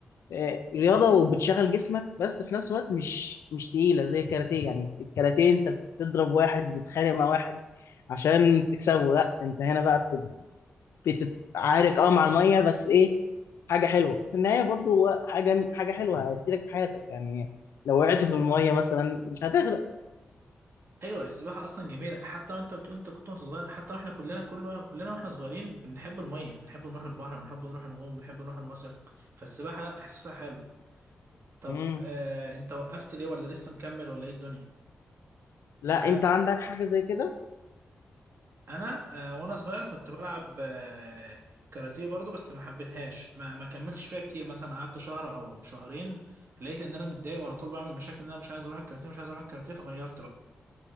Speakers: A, on the left (about 85°); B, on the right (about 60°).
A: آه، رياضة وبتشغل جسمك بس في نفس الوقت مش مش تقيلة زي الكاراتيه يعني الكاراتيه أنت بتضرب واحد وتتخانق مع واحد عشان تكسبه لا أنت هنا بقى بت- بتتعارك أه مع المية بس إيه حاجة حلوة في النهاية برضو هو حاجة حاجة حلوة هتفيدك في حياتك يعني لو وقعت في المية مثلا مش هتغرق
B: ايوه السباحه اصلا جميله حتى وانت بتقول انت كنت وانت صغير حتى واحنا كلنا كله كلنا واحنا صغيرين بنحب الميه بنحب نروح البحر بنحب نروح نعوم بنحب نروح المصيف فالسباحه لا احساسها حلو طب
A: مم.
B: آه انت وقفت ليه ولا لسه مكمل ولا ايه الدنيا
A: لا
B: انا
A: أنت عندك حاجة زي كده
B: انا آه وانا صغير كنت بلعب آه كاراتيه برضو بس ما حبيتهاش ما, ما كملتش فيها كتير مثلا قعدت شهر او شهرين لقيت ان انا متضايق وعلى طول بعمل مشاكل ان انا مش عايز اروح الكاراتيه مش عايز اروح الكاراتيه فغيرت بقى